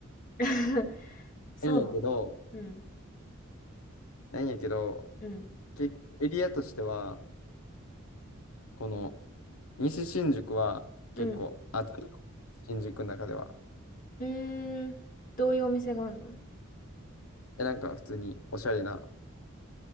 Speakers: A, on the left; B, on the left.
A: <laughs> そうなの。
B: ないんやけど、
A: うん、
B: ないんやけど、
A: うん、
B: 結構エリアとしては、この西新宿は結構あったよ。
A: うん。
B: 新宿の中では。
A: うーん、どういうお店があるの
B: え、なんか普通におしゃれな